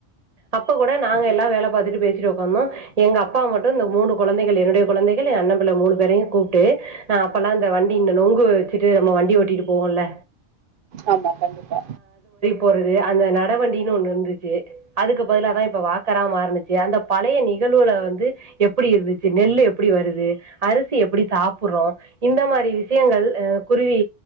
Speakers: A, on the right (about 35°); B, on the right (about 60°).
A: அப்ப கூட நாங்க எல்லாம்
B: ம்
A: வேலை பாத்தட்டு பேசிட்டு உக்காந்து இருந்ததோம் எங்க அப்பா மட்டும் இந்த மூணு குழந்தைகள் என்னுடைய குழந்தைகள் என் அண்ணல மூணு பேரையும் கூப்பிட்டு நான் அப்ப எல்லாம் இந்த வண்டி இந்த நெங்கு வச்சுட்டு நம்ம வண்டி ஒடிட்டு போவோம்ல
B: ஆமா கண்டிப்பா
A: போறது அந்த நடவண்டின்னு ஒண்ணு இருந்துச்சு அதுக்கு பதில தான் இப்ப வாக்கரா மாறந்துச்சு அந்த பழைய நிகழ்வுல வந்து எப்டி இருந்துச்சு நெல்லு எப்படி வருது அரிசி எப்டி சாப்படுறோம் இந்த மாரி விஷயங்கள் குருவி